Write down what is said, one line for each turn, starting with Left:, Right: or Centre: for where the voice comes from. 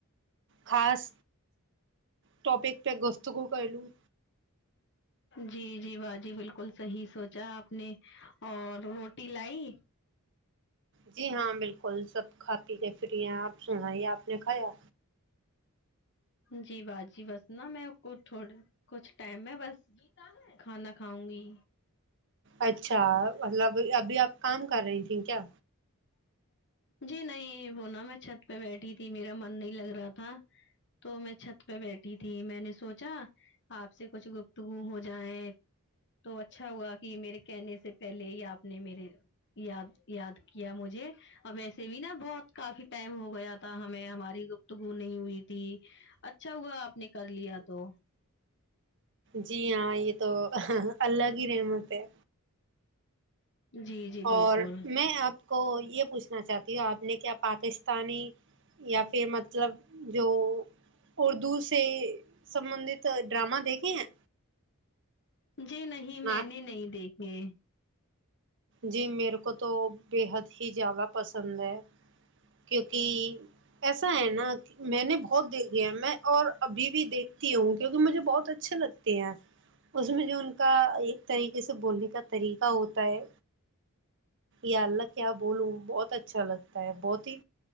Right: خاص ٹوپک پے گفتگو کرلوں
Left: جی جی باجی بالکل صحیح سوچا آپ نے اور روٹی لائی
Right: جی ہاں بالکل سب کھاتی ہے فری ہیں آپ سنایے آپ نے کھایا
Left: جی باجی بس نا میں آپکو ٹھوڑ کچھ ٹائم میں بس کھانا کھاؤں گی
Right: اچھا مطلب ابھی آپ کام کر رہی تھی کیا
Left: جی نہیں وہ نا میں چھت پے بیٹھی تھی میرا من نہیں لگ رہا تھا تو میں چھت پے بیٹھی تھی میں نے سوچا آپ سے کچھ گفتگو ہو جائے تو اچھا ہوا کی میرے کہنے سے پہلے ہی آپ نے میرے یاد یاد کیا مجھے اب ایسے بھی نا بہت کافی ٹائم ہو گیا تھا ہمیں ہماری گفتگو نہیں ہوئی تھی اچھا ہوا آپ نے کر لیا تو
Right: جی ہاں یے تو اللہ کی رحمت ہے
Left: جی جی
Right: اور
Left: بالکل
Right: میں آپ کو یے پوچھنا چاہتی ہوں آپ نے کیا پاکستانی یا پھر مطلب جو اردو سے سبندت ڈرامہ دیکھے ہیں
Left: جی نہیں
Right: نا
Left: میں نے نہیں دیکھے
Right: جی میرے کو تو بےحد ہی زیادہ پسند ہے کیونکی ایسا ہے نا کی میں نے بہت دیکھ لیا میں اور ابھی بھی دیکھتی ہوں کیونکی مجھے بہت اچھے لگ تے ہیں اس میں جو ان کا ایک طریقے سے بولنے کا طریقہ ہوتا ہے یااللہ کیا بولوں بہت اچھا لگتا ہے بہت ہی